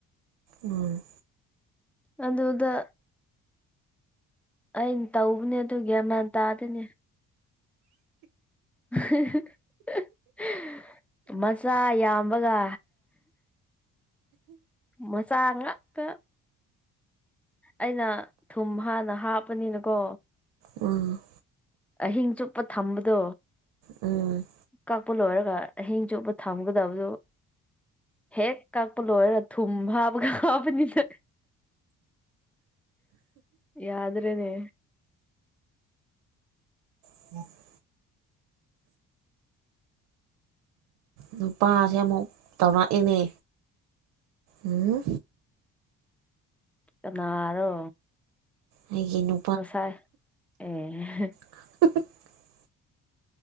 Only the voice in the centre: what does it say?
ꯑꯗꯨꯗ ꯑꯩꯅ ꯇꯧꯕꯅꯦ ꯑꯗꯨ ꯒꯌ꯭ꯥꯟ ꯃꯟ ꯇꯥꯗꯦꯅꯦ <unintelligible> ꯃꯆꯥ ꯌꯥꯝꯕꯒ ꯃꯆꯥꯥꯥꯉꯥꯛꯇ ꯑꯩꯅ ꯊꯨꯝ ꯍꯥꯟꯅ ꯍꯥꯞꯄꯅꯤꯅꯀꯣ
ꯑꯍꯤꯡ ꯆꯨꯞꯄ ꯊꯝꯕꯗꯣ
ꯀꯥꯛꯄ ꯂꯣꯏꯔꯒ ꯑꯍꯤꯡ ꯆꯨꯞꯄ ꯊꯝꯒꯗꯕꯗꯨ ꯍꯦꯛ ꯀꯥꯛꯄ ꯂꯣꯏꯔꯒ ꯊꯨꯝ ꯍꯥꯕꯒ <unintelligible> ꯌꯥꯗ꯭ꯔꯦꯅꯦ
ꯀꯅꯥꯔꯣ
ꯉꯁꯥꯏ ꯑꯦ